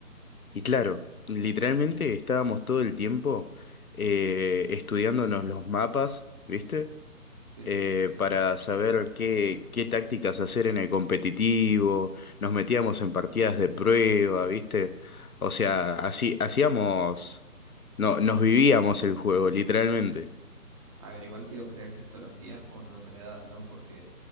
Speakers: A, on the left; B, on the right.
A: y claro, literalmente estábamos todo el tiempo eh, estudiándonos los mapas, ¿viste?
B: Sí.
A: Eh, para saber qué, qué tácticas hacer en el competitivo, nos metíamos en partidas de prueba, ¿viste? O sea, así hacíamos, no, nos vivíamos el juego, literalmente.
B: A ver, igual quiero creer que esto lo hacías con otra edad, ¿no? Porque